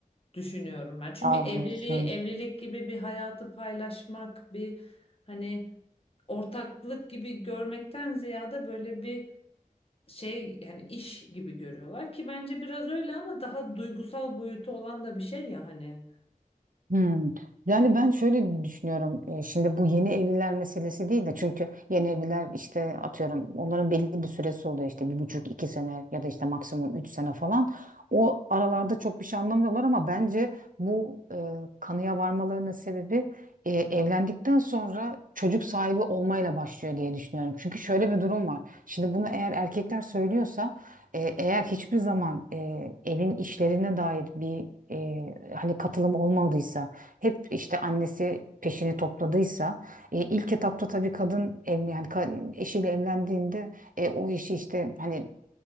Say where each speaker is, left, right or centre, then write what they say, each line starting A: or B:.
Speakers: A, on the left (about 40°); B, on the right (about 70°).
A: düşünüyorum ben. Çünkü
B: Sağ
A: evliliği
B: olasın.
A: evlilik gibi bir hayatı paylaşmak bir hani ortaklık gibi görmekten ziyade böyle bir şey yani iş gibi görüyorlar ki bence biraz öyle ama daha duygusal boyutu olan da bir şey ya hani.
B: Hmm. Yani ben şöyle düşünüyorum. e, Şimdi bu yeni evliler meselesi değil de çünkü yeni evliler işte atıyorum onların belli bir süresi oluyor işte bir buçuk iki sene ya da işte maksimum üç sene falan. O aralarda çok bir şey anlamıyorlar ama bence bu e, kanıya varmalarının sebebi e, evlendikten sonra çocuk sahibi olmayla başlıyor diye düşünüyorum. Çünkü şöyle bir durum var. Şimdi bunu eğer erkekler söylüyorsa e, eğer hiçbir zaman e, evin işlerine dair bir e, hani katılım olmadıysa, hep işte annesi peşini topladıysa, e, ilk etapta tabii kadın ev, yani ka- eşiyle evlendiğinde e, o işi işte hani